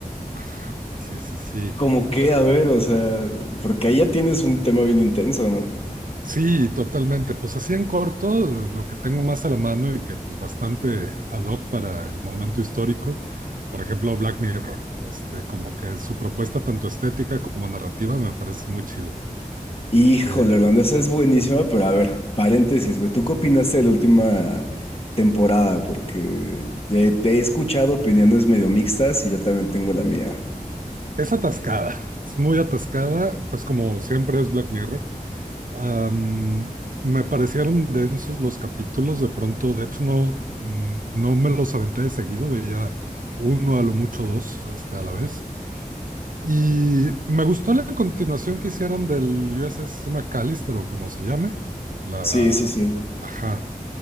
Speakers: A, on the right (about 65°); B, on the left (about 40°).
A: ah, sí, sí, sí.
B: ¿Cómo qué? A ver, o sea, porque ahí ya tienes un tema bien intenso, ¿no?
A: Sí, totalmente. Pues así en corto, eh, lo que tengo más a la mano y que pues bastante ad hoc para el momento histórico, por ejemplo, Black Mirror, este, como que su propuesta tanto estética como narrativa me parece muy chido.
B: Híjole,
A: Eh,
B: Orlando, esa es buenísima, pero a ver, paréntesis, güey, ¿tú qué opinaste de la última temporada? Porque eh, te he escuchado opiniones medio mixtas y yo también tengo la mía.
A: es atascada, es muy atascada, pues como siempre es Black Mirror. Am, me parecieron densos los capítulos, de pronto, de hecho no, mm, no me los aventé de seguido, veía uno a lo mucho dos, este, a la vez. Y me gustó la continuación que hicieron del USS McAllister o como se llame. La.
B: Sí, sí, sí.
A: Ajá.